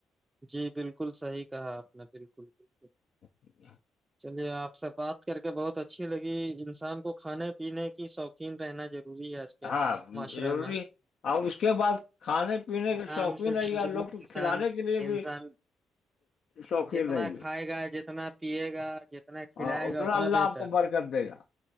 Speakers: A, on the right (about 25°); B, on the left (about 75°).
A: جی بالکل صحیح کہا آپ نے بالکل بالکل
B: ایا
A: چلیے آپ سے بات کر کے بہت اچھی لگی انسان کو کھانے پینے کی شوقین رہنا ضروری ہے
B: ہاں
A: معاشرے
B: ضروری
A: میں
B: ہے اور اس کے بعد کھانے پینے کے
A: ہان
B: شوقین
A: س
B: رہیے اور لوگ کو
A: انسان
B: کھلانے کے لیے
A: انسان
B: بھی شوقین
A: جتنا
B: رہیے
A: کھائے گا جتنا پیے گا جتنا کھلائے
B: ہاں
A: گا اتنا
B: اللہ
A: بہتر
B: آپ کو برکت دے گا